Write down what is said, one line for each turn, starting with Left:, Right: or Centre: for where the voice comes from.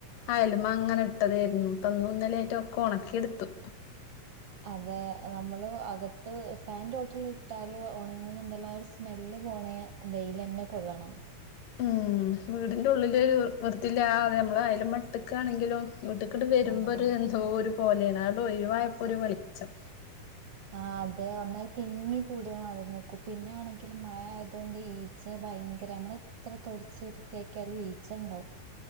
Left: ആയാലും അങ്ങനെ ഇട്ടതായിരുന്നു ഇപ്പഇന്നും ഇന്നലെക്കെയായിട്ട ഒക്കെ ഉണക്കിയെടുത്തു
Right: അതെ നമ്മള് അകത്ത് ഫാൻന്റോട്ടിൽ ഇട്ടാലോ ണങ്ങുന്നുുണ്ടല്ലോ ആ ഒരു സ്മെല്ല് പോണേ വെൽ തന്നെ കൊള്ളണം
Left: ഉം വീടിന്റെ ഉള്ളിൽ വൃത്തില്ല അതെ നമ്മള അയാലും മട്ടക്കാണെങ്കിലും വീട്ടക്കിട്ട് വരുമ്പോൾ
Right: ആഹ്
Left: ഒരു എന്തോ ഒരു പോലെയനാ ഡോയി വായപ്പൊര് വെളിച്ചം
Right: ആ അതെ ഒന്നായി തിങ്ങി കൂടിയാ മാറി നിക്കൂ പിന്നാണെങ്കിൽ മഴ ആയതുകൊണ്ട് ഈച്ച ഭയങ്കര നമ്മളെത്ര തൊടച്ച് വൃത്തിയാക്കിയാലും ഈച്ച ഉണ്ടാവും